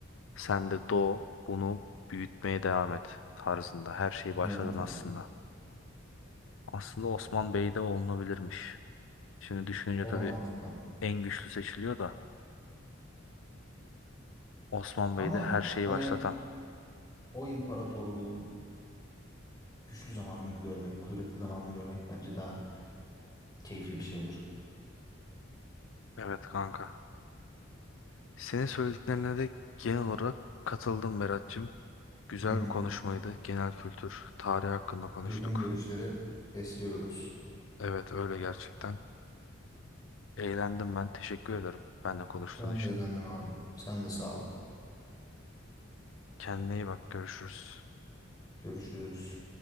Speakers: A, on the left; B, on the left.
A: Sen de doğ, bunu büyütmeye devam et tarzında. Her şeyi başladın
B: Evet abi.
A: aslında. Aslında Osman Bey de olunabilirmiş. Şimdi düşününce
B: O
A: tabii
B: da mantıklı.
A: en güçlü seçiliyor da Osman
B: Ama
A: Bey de her şeyi
B: hani
A: başlatan.
B: o imparatorluğun güçlü zamanını görmek, kudretli zamanını görmek bence daha keyifli bir şey olur.
A: Evet kanka. Senin söylediklerine de genel olarak katıldım Berat'cığım. Güzel
B: Hı hı.
A: bir konuşmaydı. Genel kültür, tarih hakkında konuştuk.
B: Yakın görüşleri besliyoruz.
A: Evet öyle gerçekten. Eğlendim ben. Teşekkür ederim benimle konuştuğun
B: Ben
A: için.
B: de eğlendim abi. Sen de sağ ol.
A: Kendine iyi bak. Görüşürüz.
B: Görüşürüz.